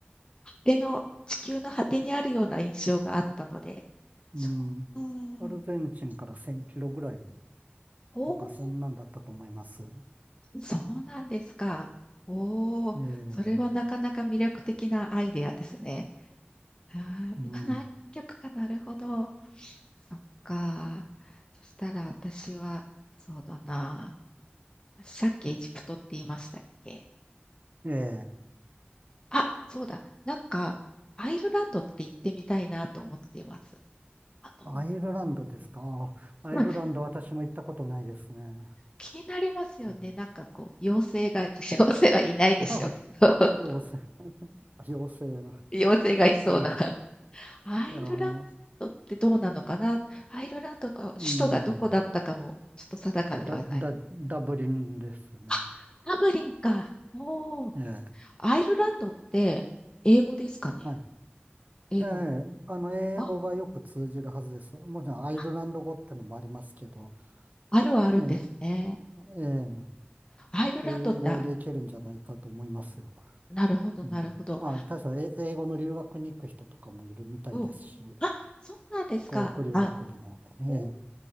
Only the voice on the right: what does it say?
うん。
アルゼンチンから1000キロぐらい
とか、そんなんだったと思います。
ええ、
うん。
ええ、
アイルランドですか。あアイルランド私も行ったことないですね。
うん
あ <laughs>
妖精、あ妖精の。
はい。
いやー、うん。ちょっとダ、ダ、ダブリンですね。
ええ、
はい。
ええ、あの、英語がよく通じるはずです。
もちろんアイルランド語ってのもありますけど、
ええ、ええ、ええ
英語でいけるんじゃないかと思いますよ。
うん。
あ、確かえ英語の留学に行く人とかもいるみたいですし、
語学留学でも。
ええ。